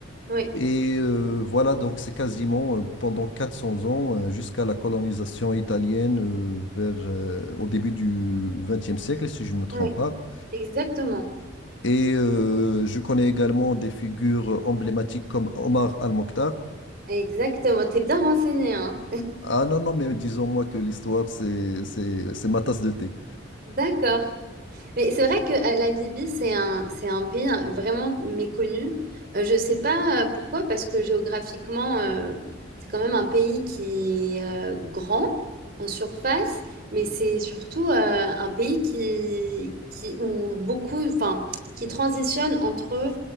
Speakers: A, on the right (about 50°); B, on the left (about 65°).
A: oui,
B: Et euh, voilà, donc c'est quasiment euh, pendant 400 ans, euh, jusqu'à la colonisation italienne euh, vers, euh, au début du XXe siècle, si je ne me trompe
A: oui,
B: pas.
A: exactement.
B: Et euh, je connais également des figures euh, emblématiques comme Omar Al-Mokhtar,
A: Exactement. T'es bien renseigné, hein?
B: Ah non, non, mais disons-moi que l'histoire, c'est, c'est, c'est ma tasse de thé.
A: D'accord. Mais c'est vrai que euh, la Libye, c'est un, c'est un pays euh, vraiment méconnu. Euh, je ne sais pas euh, pourquoi, parce que géographiquement, euh, c'est quand même un pays qui est euh, grand en surface, mais c'est surtout euh, un pays qui, qui, où beaucoup, enfin, qui transitionne entre